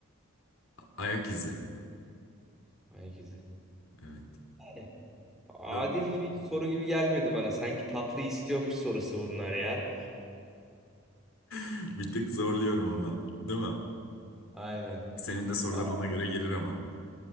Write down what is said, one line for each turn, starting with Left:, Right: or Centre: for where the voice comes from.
Left: Ayak izi.
Centre: Ayak izi.
Left: Evet.
Centre: Yani adil
Left: Dört.
Centre: gibi soru gibi gelmedi bana. Sanki tatlı istiyormuş sorusu bunlar ya.
Left: <laughs> Bir tık zorluyorum ama. Değil mi?
Centre: Aynen.
Left: Senin de soruların
Centre: Ama
Left: ona göre gelir ama.